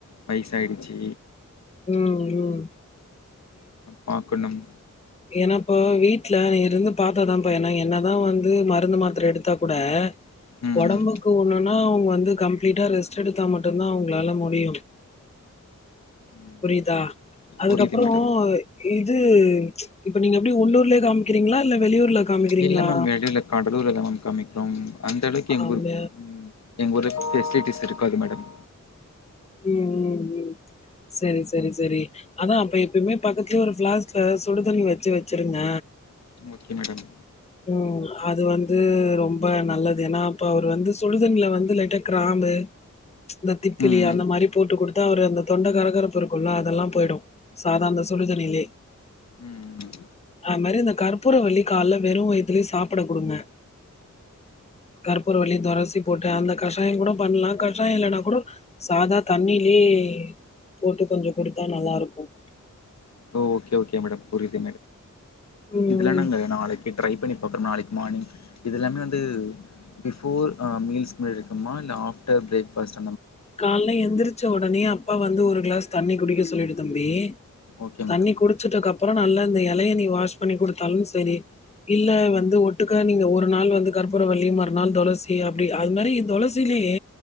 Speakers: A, on the left (about 60°); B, on the left (about 20°).
A: வயசாயிடுச்சு
B: உம் உம்
A: பாக்கணும்
B: ஏன்னாஇப்போ வீட்ல இருந்து பாத்தாப்பா ஏன்னா என்னதா வந்து மருந்து மாத்திர எடுத்தா கூட
A: ம்
B: ஒடம்புக்கு
A: ம்
B: ஒண்ணுனா அவ்ங் வந்து கம்ப்ளீட்டா ரெஸ்டு எடுத்தா மட்டுதா அவுங்ளால முடியுமே
A: ம்
B: புரிதா அதுக்கப்றோ
A: புரியுது மேடம்
B: ஈத் இது இப்ப நீங்க எப்டி உள்ளூர்லே காமிக்கிங்ளா இல்ல வெளியூர்ல காமிக்கிறீங்களா?
A: இல்ல மேம் வெளில கடலூர் எல்லா மேம் காமிக்றோம் அந்தளக் எங்கூர்
B: அந்த
A: ம் எங்க ஊர்ல ஃபெசிலிட்டிஸ் இருக்காது மேடம்
B: ம் ம் செரி செரி செரி அதா அப்ப எப்பயுமே பக்கத்லே ஒரு ஃப்ளாஸ்க்ல சுடுதண்ணி வச்சு வச்சிருங்க
A: ஓகே மேடம்
B: ம் அது வந்து ரொம்ப நல்லது ஏனா அப்ப அவரு வந்து சுடுதண்ல வந்து லைட்டா கிராம்பு இந்த திப்பிலி
A: ம் ம்
B: அந்த மாரி போட்டு குடுத்தா அவரு அந்த தொண்ட கரகரப்பு இருக்கும்ல அதெல்லா போய்டும் சாதா அந்த சுடுதண்ணிலே
A: ம் ம்
B: அது மாரி இந்த கற்பூரவள்ளி கால்ல வெறும் வயத்லே சாப்ட குடுங்க கற்பூரவள்ளி தொரசி போட்டு அந்த கஷாயம் கூட பண்லா கஷாயம் இல்லனா கூடோ சாதா தண்ணிலே போட்டு கொஞ்ச குடுத்தா நல்லாருக்கும்
A: ஓ ஓகே மேடம் புரிது
B: ம்
A: இதுல நங்க நாளைக்கி ட்ரை பண்ணி அப்றோ நாளைக் மானிங் இது எல்லாமே வந்து பிஃபோர் ஆ மீல்ஸ்க் முன்னாடி எடுக்கமா இல்ல ஆஃப்டர் பிரேக் ஃபாஸ்ட்
B: கால்ல எந்திரிச்ச உடனே அப்பா வந்து ஒரு கிளாஸ் தண்ணி குடிக்க சொல்லிடு தம்பி
A: ஓகே
B: தண்ணி
A: மேடம்
B: குடிச்சுடக்கப்றோ நல்லா இந்த எலைய நீ வாஷ் பண்ணி குடுத்தாலும் செரி இல்ல
A: ம்
B: வந்து ஒட்டுக்கா நீங்க ஒரு நாள் வந்து கற்பூர வள்ளி மறுநாள் தொளசி அப்டி அது மாரி தொளசிலயே